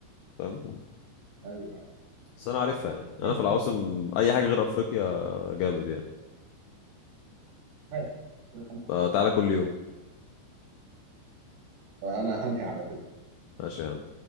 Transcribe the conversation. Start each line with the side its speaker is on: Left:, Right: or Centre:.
Left: فاهم
Right: ايوه
Left: بس انا عارفها يعني
Right: ماشي
Left: انا في العواصم اي حاجه غير افريقيا جامد يعني
Right: ماشي كده 5
Left: فتعالى
Right: 4
Left: كل يوم
Right: فانا هنهي على كده
Left: ماشي يا عم